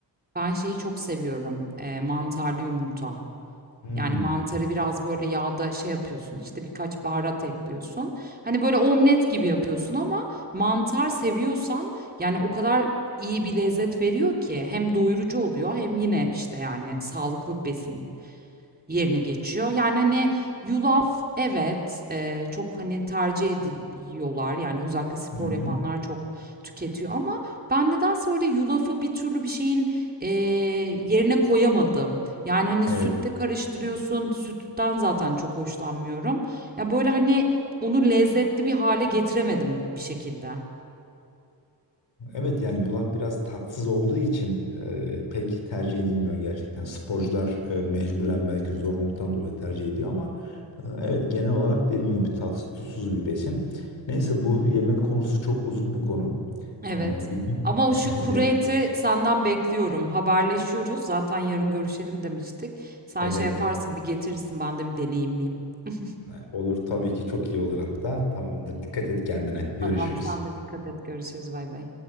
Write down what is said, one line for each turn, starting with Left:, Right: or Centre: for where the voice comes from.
Right: Ben şeyi çok seviyorum, eee, mantarlı yumurta.
Left: Hmm.
Right: Yani mantarı biraz böyle yağda şey yapıyorsun, işte, birkaç baharat ekliyorsun. Hani, böyle omlet gibi yapıyorsun ama mantar seviyorsan, yani, o kadar iyi bir lezzet veriyor ki hem doyurucu oluyor hem yine, işte, yani, sağlıklı bir besin yerine geçiyor. Yani, hani, yulaf evet, eee, çok, hani, tercih ediyorlar. Yani, özellikle spor
Left: Hı hı.
Right: yapanlar çok tüketiyor ama ben nedense öyle yulafı bir türlü bir şeyin, eee, yerine koyamadım. Yani, hani,
Left: Evet
Right: sütle karıştırıyorsun, sütten zaten çok hoşlanmıyorum. Ya, böyle, hani, onu lezzetli bir hale getiremedim bir şekilde.
Left: Evet yani yulaf biraz tatsız olduğu için e, pek tercih edilmiyor gerçekten. Sporcular e, mecburen belki zorunluluktan dolayı tercih ediyor ama e, evet genel olarak dediğim gibi tatsız tuzsuz bir besin. Neyse bu yemek konusu çok uzun bir konu.
Right: Evet.
Left: E, bir gün
Right: Ama o
Left: <laughs>
Right: şu kuru
Left: de-
Right: eti senden bekliyorum. Haberleşiyoruz. Zaten yarın görüşelim demiştik. Sen
Left: evet
Right: şey Evet. yaparsın, bir getirirsin. Ben de bir deneyimleyeyim. <laughs>
Left: e, olur tabii ki çok iyi olur hatta. Tamamdır. Dikkat et kendine. Görüşürüz.
Right: Tamam, sen de dikkat et. Görüşürüz. Bay bay.